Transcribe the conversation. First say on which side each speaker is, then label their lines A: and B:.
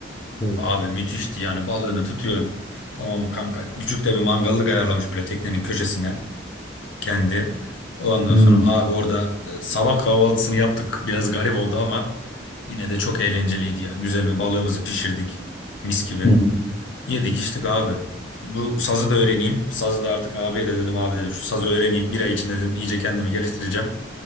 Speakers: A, on the left (about 25°); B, on the left (about 70°).
A: Of.
B: Abi müthişti yani balığını tutuyorsun. Tamam mı kanka? Küçük de bir mangallık ayarlamış böyle teknenin köşesine kendi. Ondan
A: Hmm.
B: sonra abi orada e, sabah kahvaltısını yaptık. Biraz garip oldu ama yine de çok eğlenceliydi ya. Güzel bir balığımızı pişirdik mis gibi.
A: <laughs>
B: Yedik içtik abi. Bu sazı da öğreneyim. Sazı da artık abiye de dedim abi dedim şu sazı öğreneyim. Bir ay içinde dedim iyice kendimi geliştireceğim.